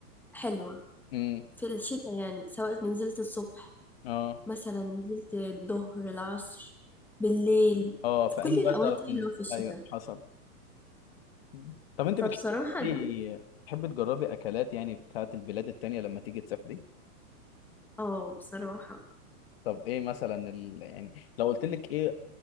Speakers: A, in the centre; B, on the left.
A: حلوة
B: امم
A: في الشتاء يعني سواء نزلت الصبح
B: اه
A: مثلا نزلت الظهر العصر بالليل
B: اه
A: في
B: في
A: كل
B: اي
A: الأوقات
B: وقت تعرف
A: حلوة
B: تنزل
A: في الشتاء
B: ايوه حصل مم. طب انت بتحب
A: فبصراحة
B: تاكلي-
A: دي
B: بتحب تجربي اكلات يعني بتاعت البلاد التانية لما تيجي تسافري
A: اه بصراحة
B: طب ايه مثلا ال... يعني لو قلت لك ايه